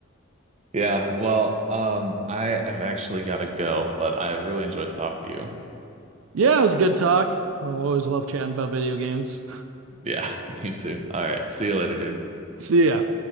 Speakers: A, on the right (about 35°); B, on the right (about 75°).
A: Yeah. Well, um, I have actually got to go, but I really enjoyed talking to you.
B: Yeah, it was a good talk. Well, I always love chatting about video games.
A: Yeah, <laughs> me too. All right. See you later, dude.
B: <laughs> See ya.